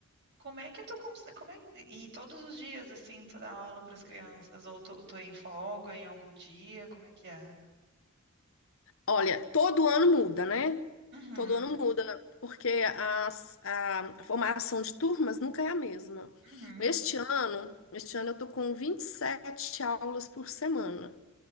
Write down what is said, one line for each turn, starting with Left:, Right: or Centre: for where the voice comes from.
Right: Como é que tu cons... como é que... E todos os dias, assim, tu dá aula para as crianças? Ou tu, tu é em folga em algum dia? Como é que é?
Left: Olha, todo ano muda, né?
Right: Uhum,
Left: Todo ano muda, porque as- a, a formação de turmas nunca é a mesma.
Right: uhum,
Left: Este ano, este ano eu tô com 27 aulas por semana.